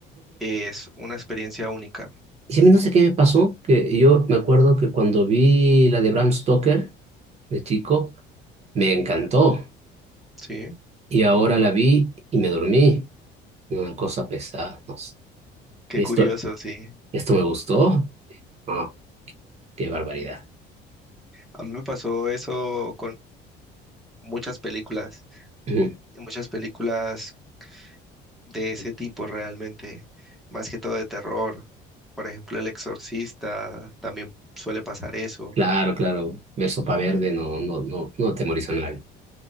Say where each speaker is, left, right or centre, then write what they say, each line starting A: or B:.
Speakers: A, in the centre; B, on the right (about 35°).
A: es una experiencia única.
B: y Sí, no sé qué me pasó, que yo me acuerdo que cuando vi la de Bram Stoker, de chico, me encantó.
A: Sí,
B: Y ahora la vi y me dormí. Una cosa pesada, no sé. ¿Qué
A: qué curioso,
B: esto,
A: sí.
B: esto me gustó? Ah, qué barbaridad.
A: A mí me pasó eso muchas películas,
B: Ujú.
A: muchas películas de ese tipo realmente, más que todo de terror. Por ejemplo, El Exorcista, también suele pasar eso.
B: Claro, claro. Ver Sopa Verde no, no, no, no atemoriza a nadie.